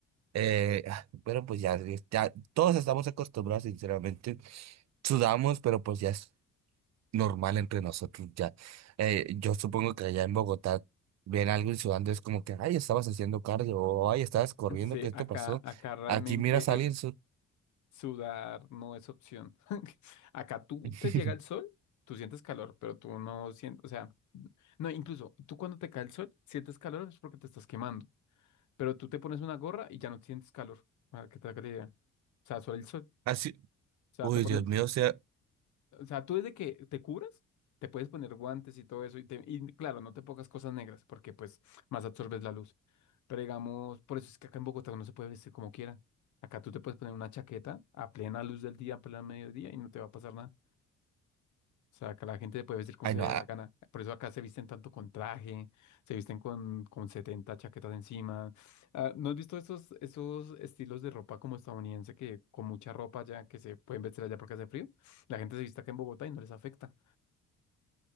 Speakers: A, on the right; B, on the left.
A: Eh, ah, pero pues ya, ya todos estamos acostumbrados, sinceramente sudamos, pero pues ya normal entre nosotros ya. Eh, yo supongo que allá en Bogotá ven algo y sudando es como que, ay, estabas haciendo cardio, o ay, estabas corriendo,
B: Sí,
A: ¿qué te
B: acá,
A: pasó?
B: acá realmente.
A: Aquí miras a alguien su-
B: Sudar no es opción. <laughs> Acá tú
A: <laughs>
B: te llega el sol, tú sientes calor, pero tú no sientes, o sea, no, incluso tú cuando te cae el sol, sientes calor es porque te estás quemando, pero tú te pones una gorra y ya no sientes calor, para que te haga la idea. O sea, solo el sol,
A: así,
B: o sea,
A: uy,
B: te pones,
A: Dios mío, o sea,
B: o sea, tú desde que te cubras, te puedes poner guantes y todo eso. Y, te- y claro, no te pongas cosas negras porque pues más absorbes la luz. Pero digamos, por eso es que acá en Bogotá uno se puede vestir como quiera. Acá tú te puedes poner una chaqueta a plena luz del día, a plena mediodía y no te va a pasar nada. O sea, acá la gente te puede vestir como
A: ay,
B: se
A: no,
B: le
A: ah,
B: dé la gana. Por eso acá se visten tanto con traje, se visten con, con 70 chaquetas encima. Ah, ¿no has visto esos, esos estilos de ropa como estadounidense que con mucha ropa ya que se pueden vestir allá porque hace frío? La gente se viste acá en Bogotá y no les afecta.